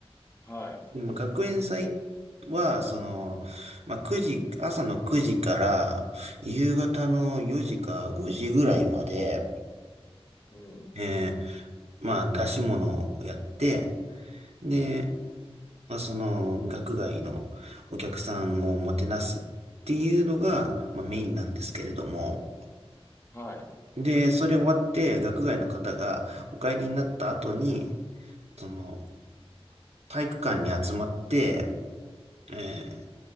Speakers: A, on the left; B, on the right.
A: はい。
B: でも学園祭は、その、まあ、9時、朝の9時から夕方の4時か5時ぐらいまで、
A: うん。
B: えーまあ、出し物をやって、で、まあ、その、学外のお客さんをもてなすっていうのが、まあ、メインなんですけれども、
A: はい。
B: で、それ終わって、学外の方がお帰りになった後に、その、体育館に集まって、えー